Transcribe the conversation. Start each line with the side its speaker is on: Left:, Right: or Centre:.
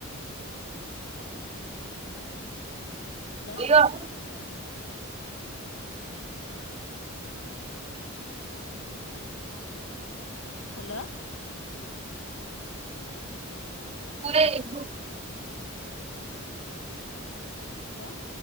Left: హలో
Right: ఇగో <inaudible>
Left: హలో
Right: సరే ఇవ్వు
Left: హలో